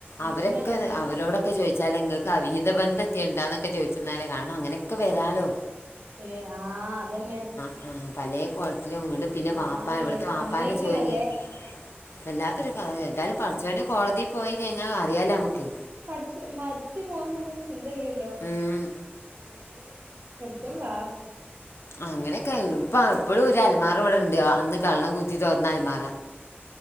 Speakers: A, on the right; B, on the left.
A: മുന്നാണല്ലേ
B: അവരൊക്കെ അവരോടൊക്കെ ചോയി വച്ചാല് ഇങ്ങക്ക് അവിഹത ബന്ധം ഉണ്ടാന്നൊക്കെ ചോയിച്ചുന്നാലെ കാണാം അങ്ങനൊക്കെ വരാലോ
A: ഏഹ് ആഹ് അതന്നെ
B: ആഹ് പലേകോൽത്തിലും ഇങ്ങട്ട് പിന്നെ
A: എന്നാലുംല്ലേ
B: വാപ്പാ ഇവിടത്തെ വാപ്പാനെ
A: സമ്മയിക്കണല്ലേ
B: ചോദ്യം ചെയ്യ്‌ വല്ലത്തൊരുക്കാഹ് എന്തായാലും പഠച്ചൊന്റ കോടതീ പോയികഴിഞ്ഞ അറിയാലനമുക്ക്
A: പഠ്ച്ച് മരിച്ച് പോണം ഏന്നുള്ളൊരു ചിന്ത ഇല്ലല്ലോ
B: ഉം
A: യേഹ് പട്ച്ചോൻക്കാ
B: അങ്ങനെയൊക്കെ ഇപ്പ ഇപ്പളും ഒരു അലമാറവിടെണ്ട് അന്ന് കള്ളൻ കുത്തി തോറന്ന അൽമാറ